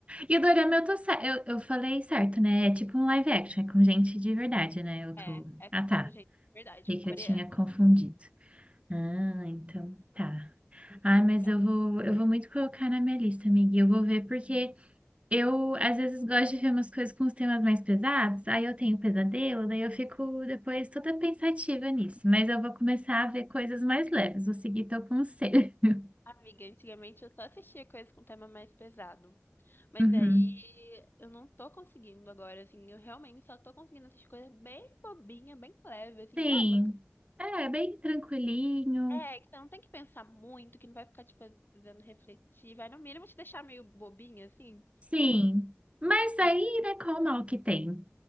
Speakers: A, on the right; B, on the left.
A: E o dorama eu tô. cer- Eu, eu falei certo, né? É tipo um live action, é com gente de verdade, né? Eu tô.
B: É, é,
A: Ah, tá.
B: gente, verdade,
A: E
B: com
A: que
B: coreano.
A: eu tinha confundido. Ah, então tá. Ah,
B: É bem
A: mas
B: legal.
A: eu vou, eu vou muito colocar na minha lista, amiga. Eu vou ver porque eu às vezes gosto de ver umas coisas com os temas mais pesados. Aí eu tenho pesadelo, daí eu fico depois toda pensativa nisso. Mas eu vou começar a ver coisas mais leves. Vou seguir teu conselho. <laughs>
B: Amiga, antigamente eu só assistia coisas com tema mais pesado. Mas
A: Uhum.
B: aí eu não tô conseguindo agora, assim, eu realmente só tô conseguindo assistir coisa bem bobinha, bem leve, assim,
A: Sim.
B: sabe? Umas
A: É, bem tranquilinho.
B: É, que você não tem que pensar muito, que não vai ficar te fazendo refletir, vai no mínimo te deixar meio bobinha, assim.
A: Sim, mas
B: Eu...
A: aí, né, qual o mal que tem